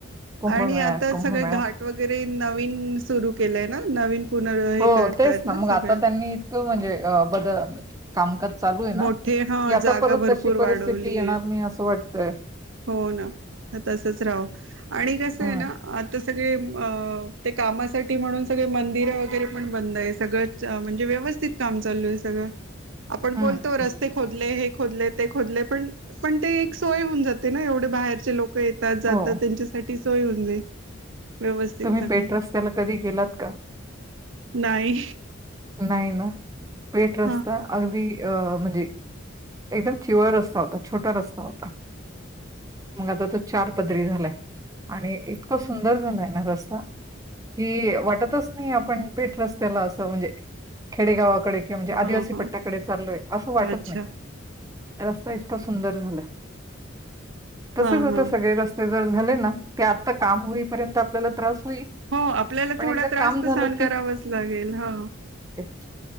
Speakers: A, on the right (about 15°); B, on the right (about 70°).
A: कुंभमेळा
B: आणि आता
A: कुंभमेळा
B: सगळे घाट वगैरे नवीन सुरू केलंय ना नवीन पुनर् हे
A: हो
B: करतायत
A: तेच ना मग
B: सगळे
A: आता त्यांनी इतकं म्हणजे अ बदल कामकात चालू आहे ना
B: मोठे
A: की
B: हा
A: आता
B: जागा
A: परत
B: भरपूर
A: तशी परिस्थिती
B: वाढवलीय
A: येणार नाही असं वाट तय
B: हो ना तसच राहो आणि कसं
A: हम्म
B: आहे ना आता सगळे ते कामासाठी म्हणून सगळे मंदिर वगैरे पण बंद आहे सगळं म्हणजे व्यवस्थित काम चालू आहे सगळं आपण
A: हम्म
B: बोलतो रस्ते
A: हम्म.
B: खोदले हे खोदले ते खोदले पण पण ते एक सोय होऊन जात ते ना एवढे बाहेरचे लोक येतात जातात
A: हो
B: त्यांच्यासाठी ती सोय होऊन जाईल व्यवस्थित
A: तुम्ही
B: चांगलं
A: पेठ रस्त्याला कधी गेलात का
B: नाही
A: नाही ना पेठ रस्ता
B: हा
A: अगदी अ म्हणजे एकदम चिवळ रस्ता होता छोटा रस्ता होता मग आता तो चार पदरी झालाय आणि इतका सुंदर झालाय रस्ता की, वाटतच नाही आपण पेठ रस्त्याला अस म्हणजे खेडेगावा कि म्हणजे आदिवासी
B: हा हा
A: पट्ट्याकडे चालोय असं वाटत
B: अच्छा
A: नाही रस्ता इतका सुंदर झालायं तसेच
B: हा
A: होता
B: हा
A: सगळे रस्ते झा ना ते आ काम होपर् त्रास होईल
B: हो आपल्याला
A: पण
B: थोडा
A: एकदा
B: त्रास
A: काम झालं
B: तर सहन करावाच लागेल हा
A: हम